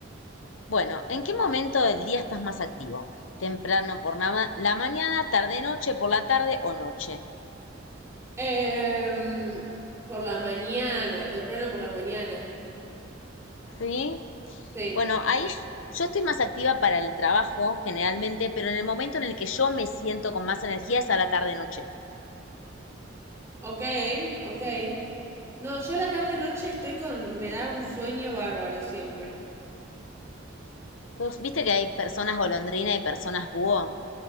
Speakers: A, on the left; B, on the right.
A: Bueno, ¿en qué momento del día estás más activo? ¿Temprano por la, ma- la mañana, tarde, noche, por la tarde o noche?
B: Em, por la mañana, temprano por la mañana.
A: Sí.
B: Sí.
A: Bueno, ahí sh- yo estoy más activa para el trabajo generalmente, pero en el momento en el que yo me siento con más energía es a la tarde, noche.
B: Ok, ok. No, yo la tarde noche estoy con. Me da un sueño bárbaro siempre.
A: Sos- ¿Viste que hay personas golondrina y personas búho?